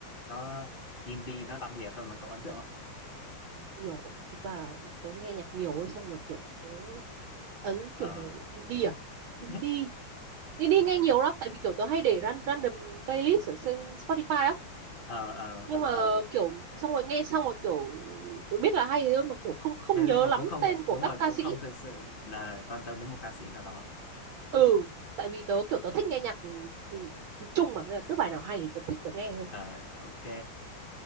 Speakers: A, on the left; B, on the right.
A: nó indie nó đặc biệt hơn mà cậu ấn tượng không
B: nhiều thực ra tớ nghe nhạc nhiều ấy xong rồi kiểu tớ ấn
A: ờ
B: kiểu indie à
A: <laughs>
B: indie đi đi nghe nhiều lắm tại vì kiểu tớ hay để ran- random playlist ở trên Spotify á
A: ờ ờ
B: nhưng mà kiểu xong rồi nghe xong rồi kiểu tớ biết là hay thôi mà kiểu không không
A: thế
B: nhớ
A: đúng rồi
B: lắm
A: cũng không
B: tên của
A: đúng rồi
B: các ca
A: cũng
B: sĩ
A: không thực sự là quan tâm đến một ca sĩ nào đó
B: ừ tại
A: Ừ.
B: vì tớ kiểu tớ thích nghe nhạc ừ, chung mà nên là cứ bài nào hay thì tớ thích tớ nghe thôi
A: ờ ok